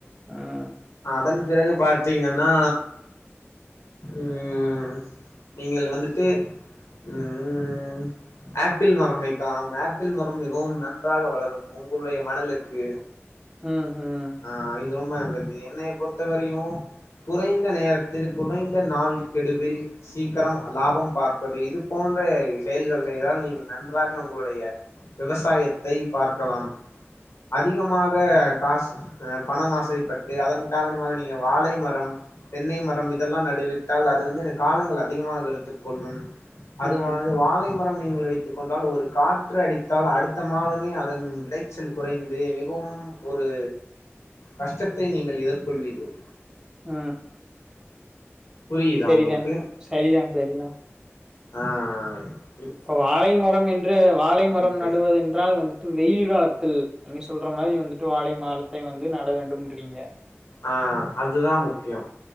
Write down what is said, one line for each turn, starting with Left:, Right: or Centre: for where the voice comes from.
Right: ம்
Left: அதன் பிறகு பாத்தீங்கன்னா ம் நீங்கள் வந்துட்டு ம் ஆப்பிள் மரம் வைக்லாம் ஆப்பிள் மரம் மிகவும் நன்றாக வளரும் உங்குள்ளய மணலுக்கு
Right: ம் ஹும்
Left: ஆ இது ரொம்ப நல்லது என்னய பொறுத்த வரையு குறைந்த நேரத்தில் குறைந்த நாள் கெடுவில் சீக்கிரம் லாபம் பார்ப்பது இது போன்ற செயல்கள் செய்தால் நீங்கள் நன்றாக உங்களுடைய விவசாயத்தை பார்க்கலாம் அதிகமாக காசு அ பணம் ஆசைப்பட்டு அதன் காரணமாக நீங்க வாழை மரம் தென்னை மரம் இதெல்லா நடுவிட்டால் அது வந்து காலங்கள் அதிகமாக எடுத்து கொள்ளும்
Right: ம்
Left: அதுவானது
Right: ம்
Left: வாழை மரம் நீங்கள் வைத்துக் கொண்டால் ஒரு காற்று அடித்தால் அடுத்த மாதமே அதன் விளைச்சல் குறைந்து மிகவும் ஒரு கஷ்டத்தை நீங்கள் எதர்கொள்வீர்கள்
Right: ஆ
Left: புரியுதா
Right: செரிதான்
Left: உங்களுக்கு
Right: சரிதா சரிதா
Left: ஆ ஆ
Right: இப்ப வாழை மரம் என்று வாழைமரம்
Left: முக்கியோ
Right: நடுவதென்றால் வந்து டு வெயில் காலத்தில் நீங்க சொல்ற மாரி வந்துட்டு வாழை மரத்தை வந்து நட வேண்டும்ன்றீங்க
Left: ஆ அதுதா முக்கியம்